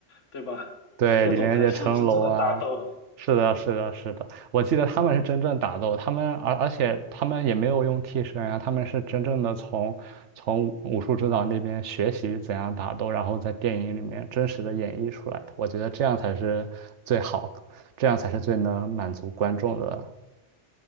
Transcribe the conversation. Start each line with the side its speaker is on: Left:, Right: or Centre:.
Left: 对吧？
Right: 对，
Left: 那种才是真正的打斗
Right: 李连杰、成龙啊，是的，是的，是的，我记得他们是真正打斗，他们而而且他们也没有用替身啊，他们是真正的从从武术指导那边学习怎样打斗，然后在电影里面真实的演绎出来的。我觉得这样才是最好，这样才是最能满足观众的。